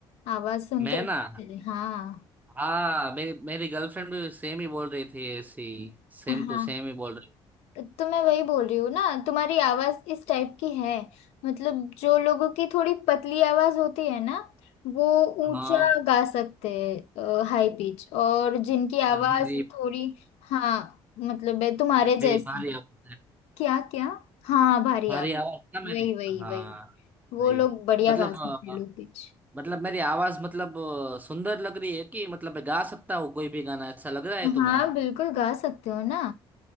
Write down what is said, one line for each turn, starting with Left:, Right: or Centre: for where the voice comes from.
Left: आवाज सुन
Right: मैं
Left: के लगता
Right: ना
Left: है। हाँ
Right: हाँ मेरी मेरी गर्लफ्रेंड भी सेम ही बोल रही थी ऐसी सेम
Left: हाँ
Right: टू सेम ही बोल रही
Left: तो मैं वही बोल रही हूँ ना तुम्हारी आवाज इस टाइप की है मतलब जो लोगों की थोड़ी पतली आवाज होती है ना वो
Right: हाँ
Left: ऊंचा गा सकते हैं हाई पिच और जिनकी
Right: और
Left: आवाज
Right: मेरी
Left: थोड़ी हाँ मतलब है तुम्हारे जैसे
Right: मेरी भारी
Left: ही
Right: आवाज है
Left: क्या क्या हाँ भारी
Right: भारी
Left: आवाज
Right: आवाज ना मेरी
Left: वही वही
Right: हाँ
Left: वही वो
Right: भाई
Left: लोग बढ़िया
Right: मतलब
Left: गा सकते
Right: अ,
Left: हैं लो पिच
Right: मतलब मेरी आवाज मतलब अ, सुंदर लग रही है कि मतलब मैं गा सकता हूँ कोई भी गाना ऐसा लग रहा है
Left: हाँ
Right: तुम्हें
Left: बिल्कुल गा सकते हो ना